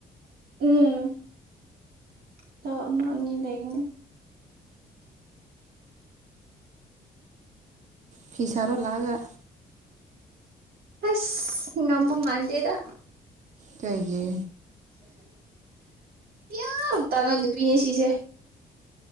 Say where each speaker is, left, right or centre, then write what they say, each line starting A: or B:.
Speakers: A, on the right; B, on the right.
A: ꯎꯝ꯫ ꯇꯤ ꯑꯃꯥ ꯑꯅꯤ ꯂꯩꯒꯥꯅꯤ꯫
B: ꯐꯤꯁꯥꯔꯣ ꯂꯥꯛꯑꯒ꯫
A: ꯑꯁ ꯉꯝꯕ ꯃꯥꯗꯦꯗ꯫
B: ꯀꯩꯒꯤ꯫
A: ꯌꯥꯝ ꯇꯥꯟꯕ ꯅꯨꯄꯤ ꯅꯤ ꯁꯤꯁꯦ꯫